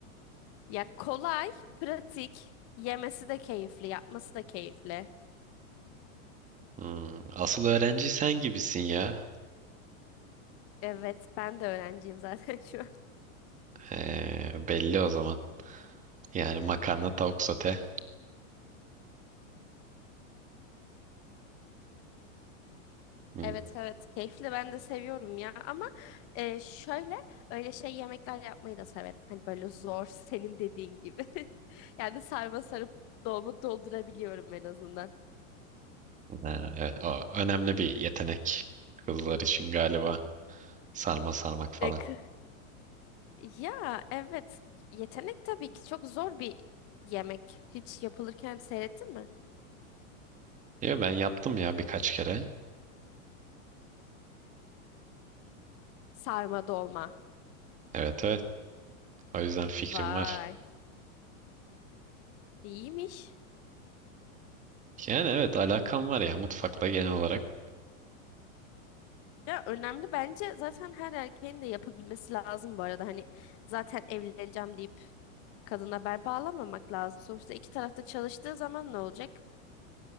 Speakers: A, on the left (about 35°); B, on the right (about 20°).
A: Ya kolay, pratik, yemesi de keyifli, yapması da keyifli.
B: Hmm, asıl öğrenci sen gibisin ya.
A: Evet, ben de öğrenciyim zaten <laughs> şu an.
B: He, belli o zaman. Yani makarna, tavuk sote. Hmm,
A: Evet evet keyifli ben de seviyorum ya ama e, şöyle öyle şey yemekler yapmayı da severim. Hani böyle zor senin dediğin gibi. <laughs> Yani sarma sarıp dolma doldurabiliyorum en azından.
B: ha, evet, o önemli bir yetenek. Kızlar için galiba sarma sarmak falan.
A: Peki. Ya evet yetenek tabii ki çok zor bir yemek. Hiç yapılırken seyrettin mi?
B: Ya ben yaptım ya birkaç kere.
A: Sarma dolma.
B: Evet evet. O yüzden fikrim
A: Vay
B: var.
A: iyiymiş.
B: Yani evet alakam var ya mutfakla genel olarak.
A: Ya önemli bence zaten her erkeğin de yapabilmesi lazım bu arada. Hani zaten evleneceğim deyip kadına bel bağlamamak lazım. Sonuçta iki tarafta çalıştığı zaman ne olacak?